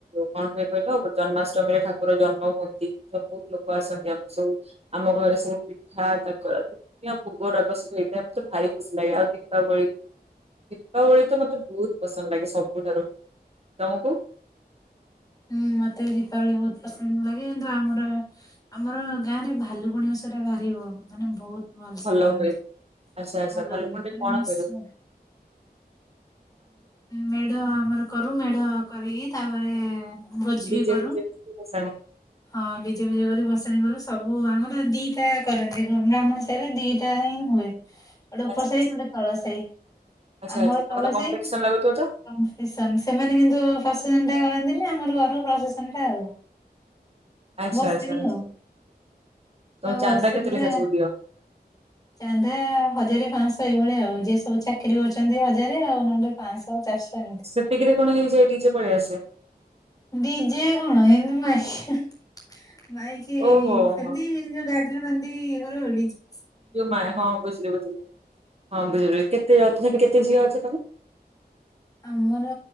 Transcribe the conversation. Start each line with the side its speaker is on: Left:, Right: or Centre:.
Right: କଣ ହୁଏ କହିଲ ଗୋ ଜନ୍ମାଷ୍ଟମୀରେ ଠାକୁର ଜନ୍ମ ହୁଅନ୍ତି, ତ ବହୁତ ଲୋକ ଆସନ୍ତି ଆମର ସବୁ ଆମ ଘରେ ସବୁ ପିଠା <unintelligible> ଭୋଗ ରୋଗ ସବୁ ହେଇଥାଏ ମତେ ଭାରି ଖୁସି ଲାଗେ ଆଉ ଦୀପାବଳି। ଦୀପାବଳି ତ ମତେ ବହୁତ ପସନ୍ଦ ଲାଗେ ସବୁଠାରୁ ତମକୁ?
Left: ହୁଁ ମତେ ବି ଦୀପାବଳି ବହୁତ ପସନ୍ଦ ଲାଗେ, କିନ୍ତୁ ଆମର ଆମର ଗାଁରେ ଭାଲୁକୁଣୀ ଓଷାଟା ବାହାରିବ ମାନେ ବହୁତ ଭଲସେ
Right: ଭଲ
Left: କରନ୍ତି,
Right: ହୁଏ ଆଚ୍ଛା ଆଚ୍ଛା
Left: ଭଲ
Right: ଭାଲୁକୁଣି
Left: <unintelligible>
Right: କଣ
Left: ମିଶ
Right: ହୁଏ
Left: ମେଢ ଆମର କରୁ, ମେଢ କରିକି ତାପରେ ଭୋଜି
Right: ଡିଜେ
Left: ବି କରୁ,
Right: ଫିଜେ ନେଇକି ଭସାଣି
Left: ହଁ ଡିଜେ ପିଯେ ବଜେଇ ଭସାଣି କରୁ। ସବୁ ଆମର ଦିଟା କରନ୍ତି, ଗ୍ରାମ ସାରେ ଦିଟା ହିଁ ହୁଏ। ଗୋଟେ ଉପର
Right: ଆଚ୍ଛା
Left: ସାହି
Right: ଆଚ୍ଛା।
Left: ଗୋଟେ ତଳ ସାହି,
Right: ଆଚ୍ଛା
Left: ଆମର
Right: ଆଚ୍ଛା ତମର
Left: <unintelligible> ସେମାନେ
Right: କମ୍ପିଟିସନ ଲାଗୁଥିବ ତ
Left: କିନ୍ତୁ ପ୍ରଶସନ ସେ କରନ୍ତିନି ଆମର କରୁ ପ୍ରଶାସନଟା ଆଉ।
Right: ଆଚ୍ଛା
Left: ଭସାଣି
Right: ଆଚ୍ଛା
Left: ଆଉ ବା
Right: ତମ
Left: ଭସେଇ
Right: ଚାନ୍ଦା କେତେ
Left: ପୁରା
Right: ଲେଖା ସବୁ ଦିଅ?
Left: ଚାନ୍ଦା ହଜାରେ ପାଞ୍ଚଶହ ଏଇଭଳିଆ ଆଉ। ଯିଏ ସବୁ ଚାକିରି କରୁଛନ୍ତି ହଜାରେ ଆଉ ନହେଲେ ପାଞ୍ଚଶହ ଚାରିଶହ ଏମିତି
Right: ସେତିକିରେ କଣ ହେଇଯାଏ ନିଜେ ପଳେଇ ଆସେ?
Left: ଡିଜେ କଣ ଏମତି <unintelligible> ମାଇକି
Right: ଓହୋ
Left: ସେମିତି
Right: ହୋ
Left: ଯୋଉ ଗାଡିରେ ବାନ୍ଧି ଇଏ ଘରେ ଡି ଜେ
Right: ଯୁ ମା ହଁ ବୁଝିଲ ବୁଝିଲି। ହଁ <unintelligible> କେତେ <unintelligible> କେତେ ଝିଅ ଅଛ ତମେ?
Left: ଆମର